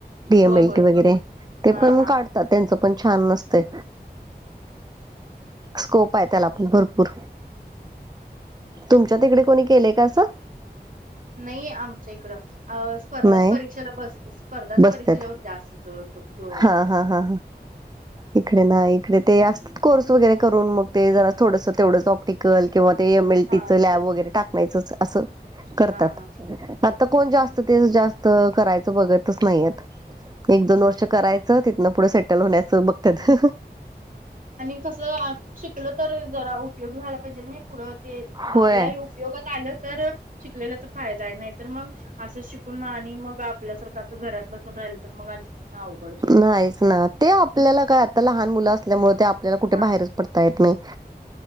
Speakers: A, on the right; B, on the right.
A: डी
B: होय
A: एम एल
B: होय
A: टी वगैरे ते
B: हा
A: पण
B: हा
A: काढतात त्यांच पण छान असतय. स्कोप आहे त्याला पण भरपूर. तुमच्या तिकडे कोणी केले का असं.
B: नाही आमच्या इकडं अ स्पर्धा
A: नाही
B: परीक्षेला बस स्पर्धाच
A: बसतात
B: परीक्षेच्यावर जास्त जो जोड
A: हा
B: देतात.
A: हा हा. इकडे ना इकडे ते असतात कोर्स वगैरे करून मग ते जरा थोडंस तेवढंच ऑप ते कल किंवा ते एम एल
B: हा.
A: टी च लॅब वगैरे टाकण्यायचं अस करतात.
B: हा हा
A: आता कोण जास्त ते जास्त करायचं बघतच नाहीय एक
B: हम्म
A: दोन वर्ष
B: हम्म
A: कराय च तिथनं पुढं सेटल होण्याचं बघत्यात.
B: आणि कसं शिकल तर जरा उपयोग व्हायला पाहिजे नाही. पुढं ते
A: होय.
B: आपल्याही उपयोगात आलं तर शिकलेल्याचा फायदा आहे नाही तर मग असं शिकून आणि मग आपल्यासारखं असं घरात बसून राहिलं मग आणि अवघडच होते
A: नाहीच
B: मग.
A: ना ते आपल्याला काय आता लहान मुलं असल्यामुळे ते आपल्याला कुठे
B: हा
A: बाहेरच पडता येत नाही